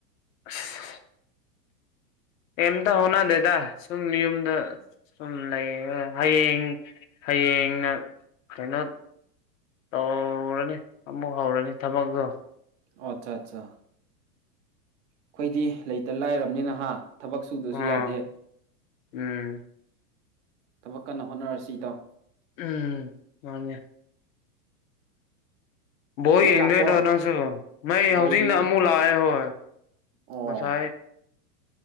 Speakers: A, on the left (about 55°); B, on the right (about 50°).
A: ꯑꯁ꯫ ꯀꯦꯝꯇ ꯍꯣꯠꯅꯗꯦꯗ ꯁꯨꯝ ꯌꯨꯝꯗ ꯁꯨꯝ ꯂꯩꯔꯒ ꯍꯌꯦꯡ ꯍꯌꯦꯡꯅ ꯀꯩꯅꯣ ꯇꯧꯔꯅꯤ ꯑꯃꯨꯛ ꯍꯧꯔꯅꯤ ꯊꯕꯛꯇꯣ꯫
B: ꯑꯣ ꯑꯠꯆꯥ ꯑꯠꯆꯥ ꯑꯈꯣꯏꯗꯤ ꯂꯩꯇ ꯂꯥꯏꯔꯕꯅꯤꯅꯍꯥ ꯊꯕꯛ ꯁꯨ ꯁꯨꯗꯁꯨ
A: ꯑꯥ
B: ꯌꯥꯗꯦ
A: ꯎꯝ
B: ꯊꯕꯛ ꯀꯟꯅ ꯍꯣꯠꯅꯔꯁꯤ ꯏꯇꯥꯎ꯫
A: ꯎꯝ ꯃꯥꯅꯦ꯫ ꯕꯣꯜ
B: ꯃꯩ
A: ꯌꯦꯡꯗꯣꯏꯔꯣ
B: ꯂꯥꯛꯄ꯭ꯔꯣ
A: ꯅꯪꯁꯨ ꯃꯥꯏ ꯍꯧꯖꯤꯛꯅ
B: ꯕꯣꯜ ꯌꯦꯡꯅꯤ
A: ꯑꯃꯨꯛ ꯂꯥꯛꯑꯦ ꯍꯣꯢ
B: ꯑꯣ
A: ꯉꯁꯥꯏ